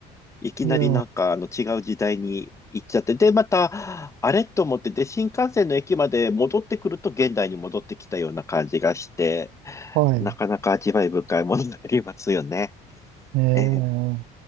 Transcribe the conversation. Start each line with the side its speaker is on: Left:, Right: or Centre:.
Left: いきなりなんかあの違う時代に行っちゃって、
Right: いや、
Left: で、また、あれと思って、で、新幹線の駅まで戻ってくると現代に戻ってきたような感じがして、
Right: はい。
Left: なかなか味わい深いものになりますよね。
Right: ええ、
Left: ええ